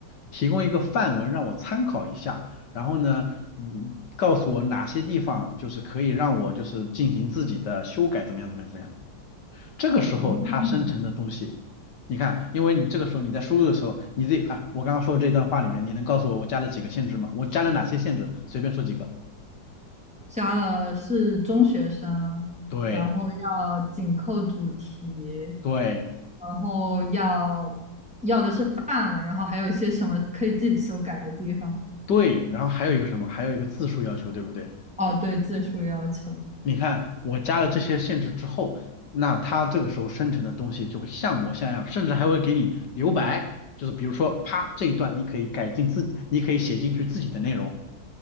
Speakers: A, on the left; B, in the centre.
A: 提供一个范文让我参考一下。然后呢，嗯，告诉我哪些地方就是可以让我就是进行自己的修改，怎么样，怎么样，怎么样。这个时候它生成的东西，
B: 哦，
A: 你看，因为你这个时候你在输入的时候，你自己啊，我刚刚说的这段话里面，你能告诉我我加了几个限制吗？我加了哪些限制？随便说几个。
B: 加了是中学生，
A: 对
B: 然后要紧扣主题，
A: 对
B: 然后要要的是范文，然后还有一些什么可以自己修改的地方。
A: 对，然后还有一个什么？还有一个字数要求，对不对？
B: 哦，对，字数要求。
A: 你看，我加了这些限制之后，那它这个时候生成的东西就会像模像样，甚至还会给你留白，就是比如说，啪，这一段你可以改进自己，你可以写进去自己的内容，